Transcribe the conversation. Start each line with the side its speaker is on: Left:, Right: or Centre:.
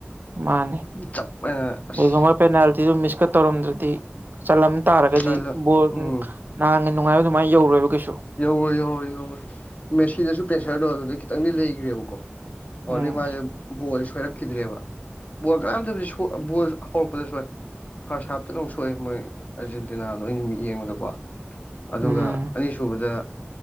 Right: ꯃꯥꯅꯤ
Left: ꯆꯞ ꯍꯥꯏꯅ ꯑꯁ
Right: ꯀꯩꯒꯨꯝꯕ ꯄꯦꯅꯥꯜꯇꯤꯗꯨ ꯃꯤꯁꯀꯥ ꯇꯧꯔꯝꯗ꯭ꯔꯗꯤ ꯆꯠꯂꯝ ꯇꯥꯔꯒꯗꯤ
Left: ꯆꯜꯂ
Right: ꯕꯣꯜ <unintelligible>
Left: ꯎꯝ
Right: ꯅꯍꯥꯟꯒꯤ ꯅꯨꯡꯉꯥꯏꯕ ꯑꯗꯨꯃꯥꯏꯅ ꯌꯧꯔꯣꯏꯕ ꯀꯩꯁꯨ
Left: ꯌꯧꯔꯣꯏ ꯌꯧꯔꯣꯏ ꯌꯧꯔꯣꯏ ꯃꯦꯁꯤꯗꯁꯨ ꯄ꯭ꯔꯦꯁꯔꯗꯣ ꯑꯗꯨꯗꯩ ꯈꯤꯇꯪꯗꯤ ꯂꯩꯈ꯭ꯔꯦꯕꯀꯣ ꯑꯣꯗꯩ
Right: ꯎꯝ
Left: ꯃꯥꯁꯦ ꯕꯣꯜ ꯁꯣꯏꯔꯝ- ꯈꯤꯗ꯭ꯔꯦꯕ ꯕꯣꯜ ꯀꯥꯅꯥꯝꯗꯕꯤ ꯕꯣꯜ ꯍꯧꯔꯛꯄꯗ ꯁꯣꯏ ꯐꯥꯔꯁ ꯍꯥꯞꯇ ꯂꯪ ꯁꯣꯛꯑꯦ ꯃꯣꯏ ꯑꯔꯖꯦꯟꯇꯤꯅꯥꯗꯣ ꯑꯩꯅ ꯌꯦꯡꯕꯗꯀꯣ ꯑꯗꯨꯒ
Right: ꯎꯝ
Left: ꯑꯅꯤꯁꯨꯕꯗ